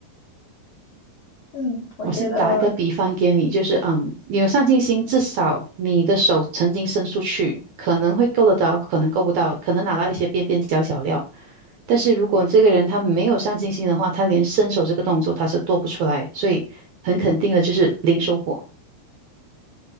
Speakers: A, on the left; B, on the right.
A: 嗯，我觉得
B: 我是打一个比方给你，就是嗯，你有上进心，至少你的手曾经伸出去，可能会够得着，可能够不到，可能拿到一些边边角角料。但是如果这个人他没有上进心的话，他连伸手这个动作他是做不出来，所以很肯定的就是零收获。